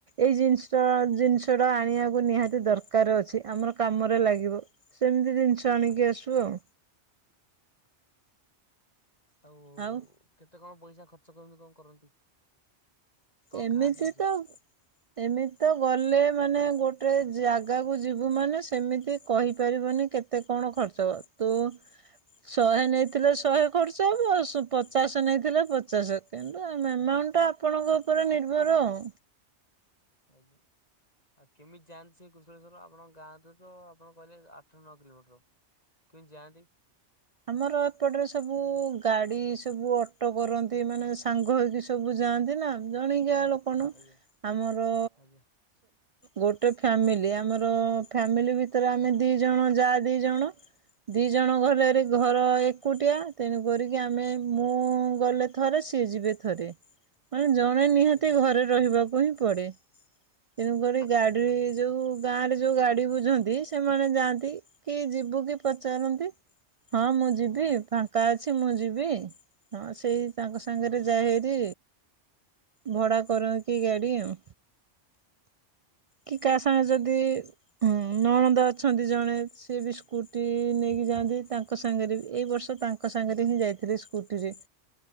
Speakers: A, on the right; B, on the left.
A: ଏଇ ଜିନିଷ ଜିନିଷଟା ଆଣିବାକୁ ନିହାତି ଦରକାର କାର ଅଛି ଆମର କାମରେ ଲାଗିବ ସେମିତି ଜିନିଷ ଆଣିକି
B: ଆଜ୍ଞା
A: ଆଶୁ ଆଉ
B: ହଉ
A: ଆଉ
B: କେତେ କଣ ପଇସା ଖର୍ଚ୍ଚ କରନ୍ତି କଣ କରନ୍ତି? କଣ
A: ଏମିତି
B: ଖାଆନ୍ତି ସେଠି?
A: ତ ଏମିତି ତ ଗଲେ ମାନେ ଗୋଟେ ଜାଗାକୁ ଯିବୁ ମାନେ ସେମିତି କହିପାରିବୁନି କେତେ ଏତେ କଣ ଖର୍ଚ୍ଚ ତୁ ଶହେ ନେଇଥିଲେ ଶହେ ଖର୍ଚ୍ଚ ହେବ ପଚାଶ ନେଇଥିଲେ ପଚାଶ କିନ୍ତୁ ଆମ ଆମାଉଣ୍ଟ ଟା ଆପଣଙ୍କ ଉପରେ ନିର୍ଭର ଆଉ
B: ଆଜ୍ଞା ଆଉ କେମିତି ଜାଆନ୍ତି? ସେଇ କୃଶଳେଶ୍ଵର ଆପଣଙ୍କ ଗାଁ ରେ ତ ଆପଣ କହିଲେ ଆଠ ନଅ କିଲୋମିଟର କେମିତି ଯାଆନ୍ତି?
A: ଆମର ଏପଟେ ସବୁ ଗାଡି ସବୁ ଅଟୋ କରନ୍ତି ମାନେ ସାଙ୍ଗ ହେଇକି ସବୁ ଯାଆନ୍ତି ନା ଜଣିକିଆ ଲୋକ ନ
B: ଆଜ୍ଞା
A: ଆମର
B: ଆଜ୍ଞା
A: ଗୋଟେ ଫ୍ୟାମିଲି ଆମର ଫ୍ୟାମିଲି ଭିତରେ ଆମେ ଦି ଜଣ ଯା ଦି ଜଣ ଦି ଜଣ ଘରରେ ଘର ଏକୁଟିଆ ତେଣୁ କରିକି ଆମେ ମୁଁ ଗଲେ ଥରେ ସିଏ ଯିବେ ଥରେ ମାନେ ଜଣେ ନିହାତି
B: ଆଜ୍ଞା
A: ଘରେ ରହିବାକୁ ହିଁ ପଡେ ତେଣୁକରି
B: ଆଜ୍ଞା
A: ଗାଡି ଯୋଉ ଗାଁ ରେ ଯୋଉ ଗାଡି ବୁଝନ୍ତି ସେମାନେ ଯାଆନ୍ତି କି ଯିବୁ କି ପଚାରନ୍ତି ହଁ ମୁଁ ଯିବି
B: ଆଜ୍ଞା
A: ଫାଙ୍କା ଅଛି ମୁଁ ଯିବି ହଁ ସେଇ ତାଙ୍କ ସାଙ୍ଗରେ
B: ଆଜ୍ଞା
A: ଯା ହେରି ଭଡ଼ା କରକି ଗାଡ଼ି ଆଉ କି କା ସାଙ୍ଗେ
B: ଆଜ୍ଞା
A: ଯଦି। ହଁ ନଣନ୍ଦ ଅଛନ୍ତି ଜଣେ ସିଏ ବି ସ୍କୁଟି ନେଇକି ଯାଆନ୍ତି ତାଙ୍କ ସାଙ୍ଗରେ ବି ଏଇ ବର୍ଷ ତାଙ୍କ ସାଙ୍ଗରେ ହିଁ ଯାଇଥିଲି ସ୍କୁଟିରେ।